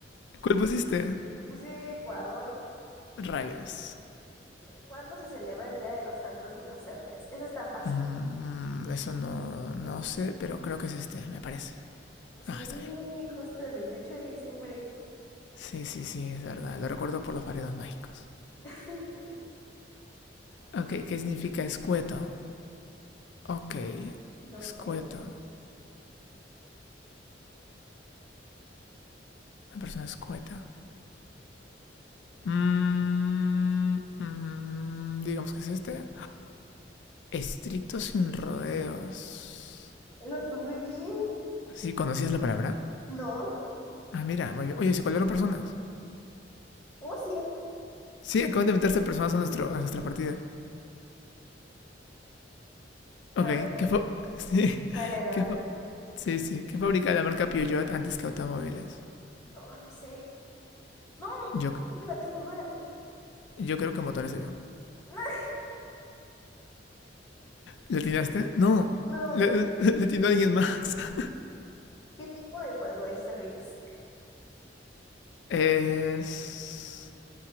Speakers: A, on the left; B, on the left.
A: ¿Cuál pusiste?
B: Yo puse Ecuador.
A: Rayos.
B: A ver, ¿cuándo se celebra el Día de los Santos Inocentes? Eso es tan fácil.
A: Mm, eso no, no sé, pero creo que es este, me parece.
B: Sí,
A: Ah, está bien.
B: justo el 28 de diciembre.
A: Sí, sí, sí, es verdad. Lo recuerdo por los variados mágicos.
B: <laughs>
A: Ok, ¿qué significa escueto? Ok,
B: No
A: escueto.
B: sé.
A: Una persona escueta. Mm, mm, digamos que es este. Estricto sin rodeos.
B: ¿Lo tuve bien?
A: ¿Sí? ¿Conocías la palabra?
B: No.
A: Ah, mira, muy bien. Oye, se colaron personas.
B: Oh, sí.
A: Sí, acaban de meterse personas
B: sí.
A: a, nuestro,
B: sí.
A: a nuestra partida. Ok,
B: A ver,
A: ¿qué fue? <laughs> Sí,
B: dale, dale.
A: ¿qué Sí, sí. ¿Qué fabrica la marca Peugeot antes que automóviles?
B: Oh, no sé. No,
A: Yo,
B: creo que la tengo mal.
A: yo creo que motores de avión.
B: <laughs>
A: ¿Le atinaste? No.
B: No.
A: Le, <laughs> le- le atinó alguien más. <laughs>
B: ¿Qué tipo de juego es Risk?
A: Es